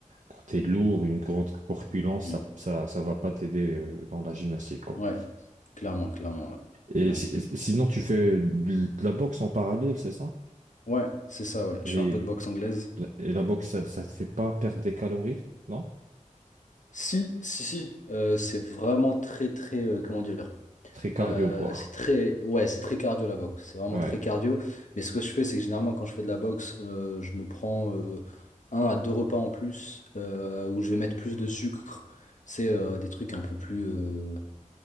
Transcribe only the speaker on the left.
Mm.
Ouais, clairement, clairement, ouais.
Ouais,
ouais, c'est ça, ouais.
Je fais un peu de boxe anglaise.
Si, si, si, euh, c'est vraiment très, très, euh, comment dire,
euh,
c'est très, ouais, c'est très cardio la boxe, c'est vraiment
très cardio, mais ce que je fais, c'est que généralement quand je fais de la boxe, euh, je me prends euh, un à deux repas en plus, euh, où je vais mettre plus de sucre, c'est euh, des trucs un peu plus, euh,